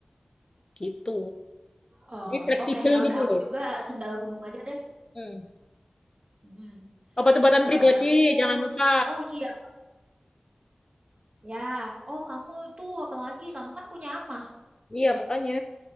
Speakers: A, on the left; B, on the right.
A: gitu.
B: Oh,
A: Jadi fleksibel
B: oke ya udah
A: gitu
B: aku
A: loh.
B: juga sandal gunung aja deh.
A: Hmm.
B: Mm.
A: Obat-obatan
B: Terus,
A: pribadi, jangan lupa.
B: oh iya, ya. Oh, kamu tuh apalagi kamu kan punya amah.
A: Iya, makanya.